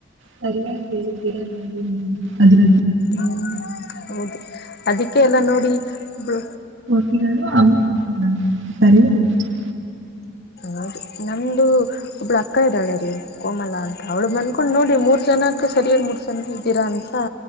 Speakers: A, on the right (about 65°); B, on the left (about 50°).
A: ಸರಿಯಾಗಿ ಹೇಳಿದ್ದ ನೋಡಿ ಅದ್ರ
B: ಹ್ಮ್ ಹೌದು ಅದಕ್ಕೆ ಎಲ್ಲ ನೋಡಿ ಒಳ
A: <inaudible>
B: ಹೌದರಿ ನಮ್ದು ಒಬ್ಳ ಅಕ್ಕ ಇದ್ದಾಳ ರೀ ಕೋಮಲ ಅಂತ ಅವ್ಳ ಬಂದ್ ಕಕೊಂಡು ನೋಡಿ ಮೂರ್ ಜನಕ್ಕೆ ಸರಿಯಾಗಿ ಮೂರ್ ಜನ ಇದ್ದೀರಾ ಅಂತ